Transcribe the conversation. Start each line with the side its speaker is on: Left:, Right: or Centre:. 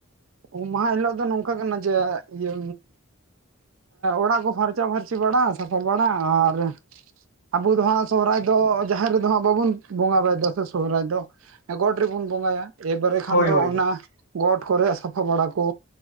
Right: ᱩᱢ ᱢᱟᱦᱟ ᱦᱤᱞᱳᱜ ᱫᱚ ᱱᱚᱝᱠᱟ ᱠᱟᱱᱟ ᱡᱮ ᱤᱭᱟᱹ ᱚᱲᱟᱜ ᱠᱚ ᱯᱷᱟᱨᱪᱟ ᱯᱷᱟᱨᱪᱤ ᱵᱟᱲᱟ ᱥᱟᱯᱷᱟ ᱵᱟᱲᱟ ᱟᱨ ᱟᱵᱚ ᱫᱚ ᱦᱟᱸᱜ ᱥᱚᱦᱨᱟᱭ ᱫᱚ ᱡᱟᱦᱮᱨ ᱨᱮᱫᱚ ᱦᱟᱸᱜ ᱵᱟᱵᱚᱱ ᱵᱚᱸᱜᱟ ᱵᱟᱨᱟ ᱮᱫᱟ ᱥᱮ ᱥᱚᱦᱨᱟᱭ ᱫᱚ ᱜᱚᱴ ᱨᱮᱵᱚᱱ ᱵᱚᱸᱜᱟᱭᱟ ᱮᱵᱟᱨᱮ
Left: ᱦᱳᱭ
Right: ᱠᱷᱟᱱ ᱫᱚ
Left: ᱦᱳᱭ
Right: ᱚᱱᱟ
Left: ᱦᱳᱭ
Right: ᱜᱚᱴ ᱠᱚᱨᱮ ᱥᱟᱯᱷᱟ ᱵᱟᱲᱟ ᱠᱚ